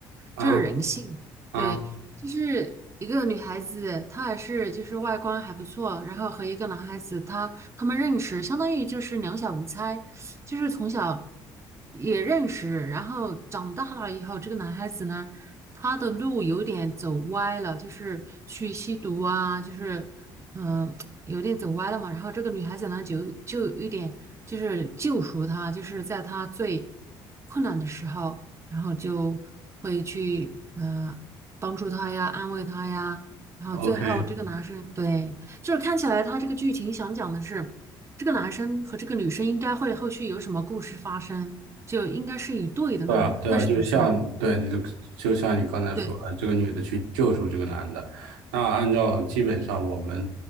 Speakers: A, on the right; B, on the right.
A: 啊
B: 就是人性，
A: 啊
B: 对，就是一个女孩子，她还是就是外观还不错，然后和一个男孩子，他他们认识，相当于就是两小无猜，就是从小也认识，然后长大了以后，这个男孩子呢，他的路有点走歪了，就是去吸毒啊，就是嗯、呃有点走歪了嘛，然后这个女孩子呢，就就有一点就是救赎他，就是在他最困难的时候。然后就会去呃帮助他呀，安慰他呀，然后最后这个男生对，
A: ，OK，
B: 就是看起来他这个剧情想讲的是，这个男生和这个女生应该会后续有什么故事发生，就应该是一对的那种，
A: 对啊，对啊，
B: 但是不是？
A: 就像对你的，就像你刚才说的，
B: 对。
A: 这个女的去救赎这个男的，那按照基本上我们